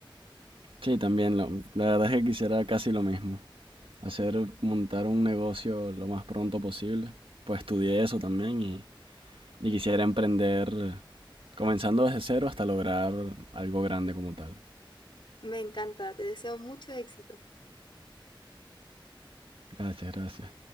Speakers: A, on the right; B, on the left.
A: Sí, también. lo- la verdad es que quisiera casi lo mismo. Hacer, montar un negocio lo más pronto posible. Pues estudié eso también y, y quisiera emprender eh, comenzando desde cero hasta lograr algo grande como tal.
B: Me encanta, te deseo mucho éxito.
A: Gracias, gracias.